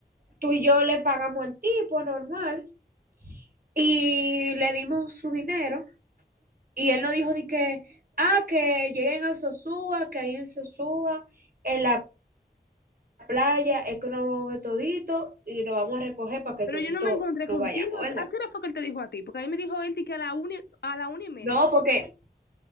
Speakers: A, on the right (about 60°); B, on the left (about 80°).
A: tú y yo le pagamos al tipo normal y le dimos su dinero y él nos dijo de que, ah, que lleguen a Sosúa, que ahí en Sosúa, en la playa, es que nos vamos a ver todito y lo vamos a recoger para que
B: Pero
A: todito
B: yo no me encontré
A: nos
B: contigo.
A: vayamos, ¿verdad?
B: ¿A qué hora fue que él te dijo a ti? Porque a mí me dijo él di que a la una, a la una y media.
A: No, porque